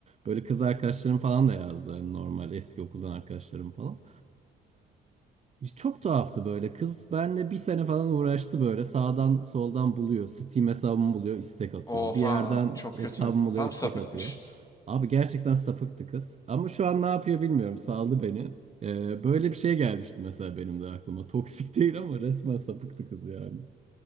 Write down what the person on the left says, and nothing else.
Oha
abi, çok kötü.
Tam
sapıkmış.